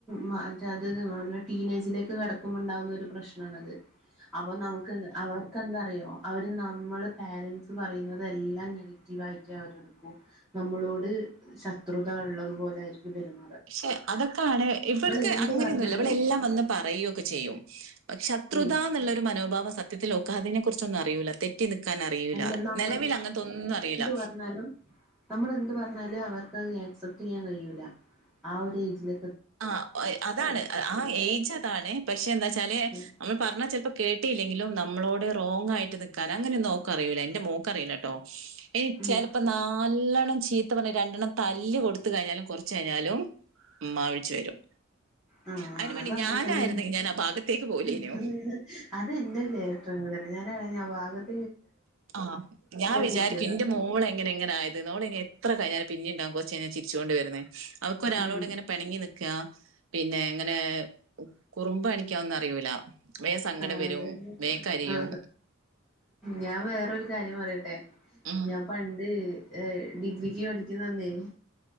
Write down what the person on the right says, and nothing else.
പക്ഷെ അതൊക്കെയാണ് ഇവൾക്ക്
അങ്ങനെയൊന്നുല്ല
ഇവളെല്ലാം വന്ന് പറയുകയൊക്കെ ചെയ്യും ശത്രുതാന്നുള്ളൊരു
മനോഭാവം സത്യൽഓക്കാതിനെ കുറിച്ചൊന്നും അറിയൂല്ല തെ റ്റി നിക്കാൻ അറിയൂല
നിലവിൽ അങ്ങനത്തൊന്നും അറിയില്ല
ആ അതാണ് ആ ഏജ് അതാണ് പക്ഷെ എന്താച്ചാല്
നമ്മൾ പറഞ്ഞാ ചെലപ്പോ കേട്ടില്ലെങ്കിലും നമ്മളോട്റോങ്ങായിട്ട് നിക്കാന് അങ്ങനെന്നും ഓക്ക അറിയൂല എൻന്റെ മോക്ക് അറിയൂലട്ടോ ഇനി
ചെലപ്പോ നാല്ലണം ചീത്ത പറഞ്ഞ രണ്ടെണ്ണം തല്ല് കൊടുത്ത് കഴിഞ്ഞാലും കൊർച്ച് കഴിഞ്ഞാലും ഉമ്മാ വിളിച്ചു വരും
അതിന് വേണ്ടി
ഞാനായിരുന്നെങ്കി ഞാൻ ആ ഭാഗത്തേക്ക് പോവൂലേനു.
ആ ഞാൻ വിചാരിക്കും
എന്റെ മോള് എങ്ങനെ എങ്ങനെ ആയത് ഓളയിന് എത് ത്ര കഴിഞ്ഞാലും പിന്നിണ്ടാവും കൊർച്ചെയ്ഞ്ഞാ ചിരിച്ചുകൊണ്ട് വരുന്നേ അവക്ക് ഒരാളോട്
ഇങ്ങനെ പണങ്ങി നിക്കാ പിന്നെ എങ്ങനെ കുറുമ്പ് അണിക്കാംന്ന് അറിയൂല വേം സങ്കടം
വരും
വേം കരയും
ഉം